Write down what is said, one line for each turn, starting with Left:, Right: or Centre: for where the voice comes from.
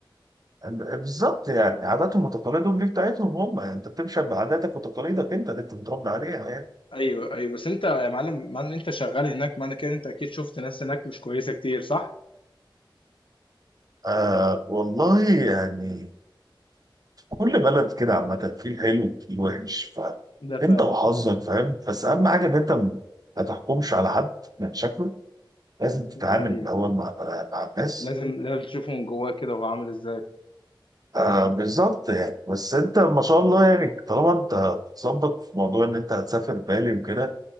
Right: بالظبط يعني عاداتهم وتقاليدهم دي بتاعتهم هم يعني انت بتمشي بعاداتك وتقاليدك انت اللي انت متربي عليها يعني
Left: ايوه ايوه بس انت يا معلم معنى ان انت شغال هناك معنى كده إن انت اكيد شفت ناس هناك مش كويسه كتير صح؟
Right: آه والله يعني كل بلد كده عامة فيه الحلو وفيه الوحش
Left: ده فعلا
Right: فانت وحظك فاهم بس اهم حاجة ان انت م- ما تحكمش على حد من شكله لازم تتعامل
Left: لا ايوه
Right: الاول مع مع الناس
Left: لازم لازم تشوفه من جواه كده وهو عامل ازاي
Right: آه بالظبط يعني بس انت ما شاء الله يعني طالما انت بتظبط في موضوع ان انت هتسافر بالي وكده